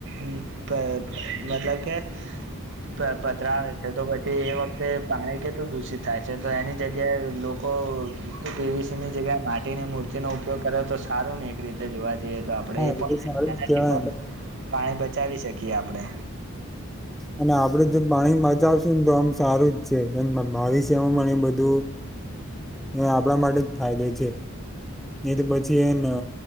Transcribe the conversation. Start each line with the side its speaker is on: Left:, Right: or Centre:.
Right: મતલબ કે, પધરાવે છે તો પછી એ વખતે પાણી કેટલું દૂષિત થાય છે તો એની જગ્યાએ લોક કો પીવીસીની જગ્યાએ માટીની મૂર્તિનો ઉપયોગ કરે તો સારું ને એક રીત જોવા જઈએ તો આપણે
Centre: હા
Right: એ પણ
Centre: તો સારું
Right: એનાથી
Centre: જ કેવાય
Right: પણ
Centre: ને
Right: પાણી બચાવી શકીએ આપણે
Centre: અને આપણે જો પાણી બચાવશુંને તો આમ સારું જ છે એમ ભવિષ્યમાં પણ એ બધું આપણા માટે જ ફાયદો છે. નય તો પછી એન